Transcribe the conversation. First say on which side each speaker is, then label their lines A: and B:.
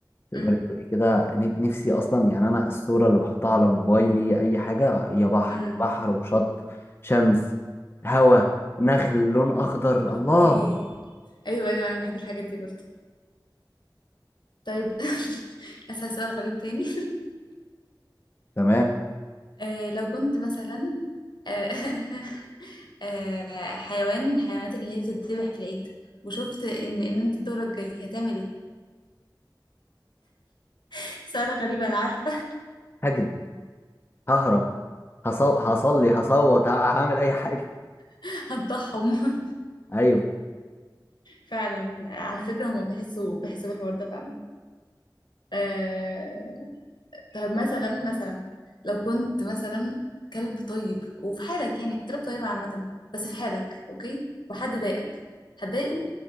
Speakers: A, on the left; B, on the left.
A: تقدري
B: امم
A: تقولي كده ن- نفسي اصلا يعني انا الصوره اللي بحطها على موبايلي اي حاجه هي بحر
B: امم
A: بحر وشط شمس هوا نخل لون اخضر الله
B: اوكي ايوه ايوه انا بحب الحاجات دي برضه طيب <laughs> اسال سؤال غريب تاني
A: تمام
B: <laughs> آه لو كنت مثلا آه <laughs> آه حيوان من الحيوانات اللي هي بتتذبح في العيد وشفت ان ان انت دورك جاي هتعمل ايه <laughs> سؤال غريب انا عارفه
A: هجري ههرب هصو... هصلي هصوت ه- هعمل اي حاجه
B: <laughs> هنطحهم
A: <laughs> ايوه
B: فعلا على فكرة هما بيحسوا بيحسوا بالحوار ده فعلا آه... طب مثلا مثلا لو كنت مثلا كلب طيب وفي حالك يعني الكلاب طيبة عامة بس في حالك اوكي وحد ضايقك هتضايقه